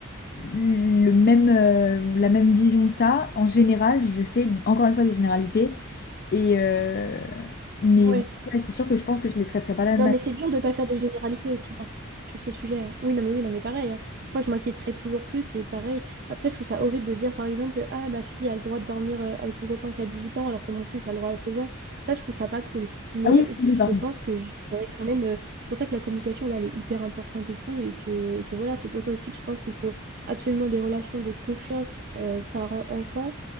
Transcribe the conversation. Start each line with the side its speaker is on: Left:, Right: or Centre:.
Left: le même, euh, la même vision de ça. En général, je fais encore une fois des généralités. Et euh, mais
Right: ouais.
Left: ouais, c'est sûr que je pense que je les traiterai pas de la
Right: Non,
Left: même manière.
Right: mais c'est dur de ne pas faire de généralité aussi par- sur ce sujet. hein. Oui, non, mais oui, non, mais pareil. hein. Je crois que je m'inquiéterais toujours plus et pareil. Après, je trouve ça horrible de se dire, par exemple, ah, ma fille a le droit de dormir euh, avec son copain qui a 18 ans alors que mon fils a le droit à 16 ans. Ça, je trouve ça pas cool. Mais
Left: Ah oui,
Right: je
Left: oui, oui, pardon.
Right: pense que j- j'aurais quand même. euh, C'est pour ça que la communication, là, elle est hyper importante et tout. Et que, et que voilà, c'est pour ça aussi que je pense qu'il faut absolument des relations de confiance euh, parents-enfants.